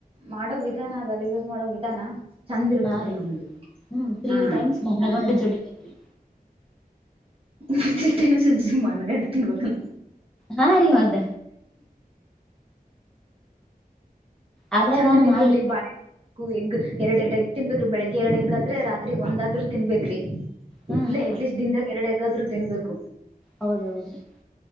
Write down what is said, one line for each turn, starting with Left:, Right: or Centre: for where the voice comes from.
Right: ಮಾಡೋ ವಿಧಾನ ಅದಲ್ಲ ಯೂಸ್ ಮಾಡೋ ವಿಧಾನ ಚಂದ ಇರ್ಬೇಕ್ರಿ
Centre: ಹ ರ
Right: ನಮ್ದು
Centre: ಹ್ಮ್ ತ್ರೀ
Right: ಹಾ
Centre: ಟೈಮ್ಸ್ ಮನ್ನಗೊಂಡು
Right: ಅಂದ್ರೆ
Centre: ಜಡಿಗರಿ
Right: ನ ಟೈಮ ಮಣ್ಣ ಗಂಡ ತಿನ್ಬೇಕಕ್ಕ
Centre: ಹಾ ರೀ ಮತ್ತ ಅದ್ರಾಗ
Right: ಚಂದ
Centre: ನಮ್ಮ
Right: ತಿಿಂದಬೇಕ
Centre: ಮಾಯಿ
Right: ಕ್ರೀ ಬಾ ಎಗ್ ಎರಡ್ ಎರಡ್ಗ್ ತಿನ್ಬೇಕ್ರೀ ಬೆಳಿಗ್ಗೆ ಎರಡ್ ಎಗ್ಗ ಆದ್ರೆ ರಾತ್ರಿಗ್ ಒಂದಾದ್ರರು ತಿನ್ಬೇ್ರಿ
Centre: ಹ್ಮ್
Right: ಇಲ್ಲ
Centre: ಹ್ಮ್
Right: ಎಟ್ಲೀಸ್ಟ್ ದಿನದಾಗ ಎರಡ ಯಾಕಾದ್ೂ ತಿನ್ಬೇಕು
Centre: ಹೌದೌದ್ರೀ